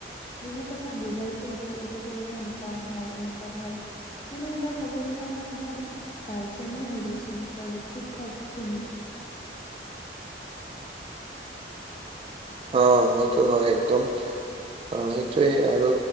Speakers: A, on the left; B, on the right.
A: <unintelligible> বহু কথা বুজাইছে যে এইটো কৰিলে এনেকুৱা ভাল এনেকুৱা ভাল মানে এটা ক'ব গ'লে আমাৰ একদম গাৰ্জেনে হৈ গৈছিল তেওঁলোক শিক্ষক খিনি
B: অ সেইটো হয় একদম অ সেইটোৱে আৰু